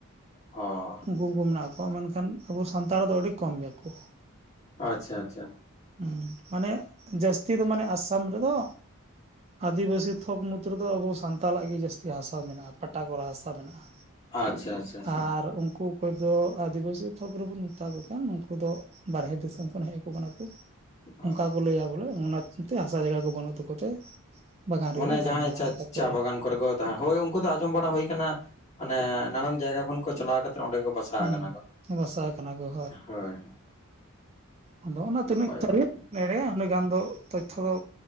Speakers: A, on the left; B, on the right.
A: ᱚ
B: ᱩᱱᱠᱩ ᱩᱱᱠᱩ ᱢᱮᱱᱟᱜ ᱠᱚᱣᱟ᱾ ᱢᱮᱱᱠᱷᱟᱱ ᱟᱵᱚ ᱥᱟᱱᱛᱟᱲ ᱫᱚ ᱟᱹᱰᱤ ᱠᱚᱢ ᱜᱮᱭᱟ ᱠᱚ᱾
A: ᱟᱪᱪᱷᱟ - ᱟᱪᱪᱷᱟ
B: ᱦᱩᱸ ᱢᱟᱱᱮ ᱡᱟᱹᱥᱛᱤ ᱫᱚ ᱢᱟᱱᱮ ᱟᱥᱟᱢ ᱨᱮᱫᱚ᱾ ᱟᱹᱫᱤᱵᱟᱹᱥᱤ ᱛᱷᱚᱠ ᱢᱩᱫᱽ ᱨᱮᱫᱚ ᱟᱵᱚ ᱥᱟᱱᱛᱟᱞᱟᱜ ᱜᱮ ᱡᱟᱹᱥᱛᱤ ᱦᱟᱥᱟ ᱢᱮᱱᱟᱜᱼᱟ᱾ ᱯᱟᱴᱟ ᱠᱚᱨᱟ ᱦᱟᱥᱟ ᱢᱮᱱᱟᱜᱼᱟ᱾
A: ᱟᱪᱪᱷᱟ - ᱟᱪᱪᱷᱟ - ᱟᱪᱪᱷᱟ
B: ᱟᱨ ᱩᱱᱠᱩ ᱚᱠᱚᱭ ᱫᱚ ᱟᱹᱫᱤᱵᱟᱹᱥᱤ ᱛᱷᱚᱠ ᱨᱮᱵᱚᱱ ᱢᱮᱛᱟ ᱠᱚ ᱠᱟᱱ, ᱩᱱᱠᱩ ᱫᱚ ᱵᱟᱨᱦᱮ ᱫᱤᱥᱚᱢ ᱠᱷᱚᱱ ᱦᱮᱡ ᱠᱚ ᱠᱟᱱᱟ ᱠᱚ,
A: ᱚ
B: ᱚᱱᱠᱟ ᱠᱚ ᱞᱟᱹᱭᱟ ᱵᱚᱞᱮ ᱚᱱᱟ ᱛᱮ ᱦᱟᱥᱟ ᱡᱟᱭᱜᱟ ᱠᱚ ᱵᱟᱹᱱᱩᱜ ᱛᱟᱠᱚᱣᱟ᱾ ᱟᱠᱚᱛᱮ ᱵᱟᱜᱟᱱ ᱨᱮᱜᱮ
A: ᱢᱟᱱᱮ
B: ᱠᱚ ᱛᱟᱦᱮᱱ
A: ᱡᱟᱦᱟᱸᱭ
B: ᱠᱟᱱᱟ
A: ᱪᱟ
B: ᱚᱱᱠᱟ ᱠᱚ
A: ᱪᱟ
B: ᱞᱟᱹᱭᱟ᱾
A: ᱵᱟᱜᱟᱱ ᱠᱚᱨᱮ ᱠᱚ ᱦᱳᱭ ᱩᱱᱠᱩ ᱫᱚ ᱟᱸᱡᱚᱢ ᱵᱟᱲᱟ ᱦᱩᱭ ᱠᱟᱱᱟ᱾ ᱢᱟᱱᱮ ᱱᱟᱱᱟᱱ ᱡᱟᱭᱜᱟ ᱠᱷᱚᱱ ᱠᱚ ᱪᱟᱞᱟᱣ ᱠᱟᱛᱮ ᱚᱸᱰᱮ ᱠᱚ ᱵᱟᱥᱟ
B: ᱦᱩᱸ
A: ᱠᱟᱱᱟ ᱠᱚ᱾
B: ᱵᱟᱥᱟ ᱠᱟᱱᱟ ᱠᱚ
A: ᱦᱳᱭ
B: ᱟᱫᱚ ᱚᱱᱟ ᱛᱤᱱᱟᱹᱜ
A: ᱱᱟᱯᱟᱭ
B: ᱥᱟᱹᱨᱤ
A: ᱵᱟᱲᱟ
B: ᱮᱲᱮ ᱩᱱᱟᱹᱜ ᱜᱟᱱ ᱫᱚ ᱛᱚᱛᱛᱷᱚ ᱫᱚ